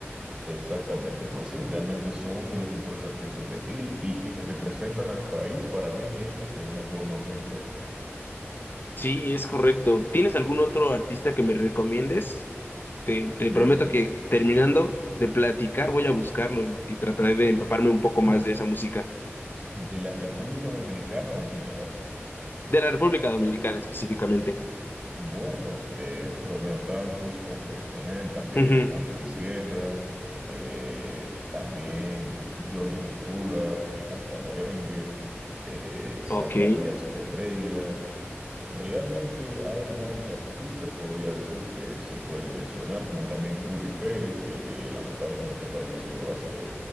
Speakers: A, on the right (about 20°); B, on the left (about 50°).
A: Exactamente, pues sí, realmente son de los mejores artistas de aquí y que representan al país para mí ellos de una forma muy buena.
B: Sí, es correcto. ¿Tienes algún otro artista que me recomiendes? Te, te
A: Del,
B: prometo que terminando de platicar voy a buscarlo y, y trataré de empaparme un poco más de esa música,
A: De la República Dominicana o en general.
B: de la República Dominicana específicamente.
A: Bueno, eh, Romeo Santos, como te mencioné, también
B: Ujú.
A: Juan Luis Guerra, eh, también Johnny Ventura, que canta merengue, eh, Zacarías
B: Ok,
A: Ferreira. Realmente hay varios artistas, podría decir, que se puede mencionar, como también Ruby Pérez, que lamentablemente falleció hace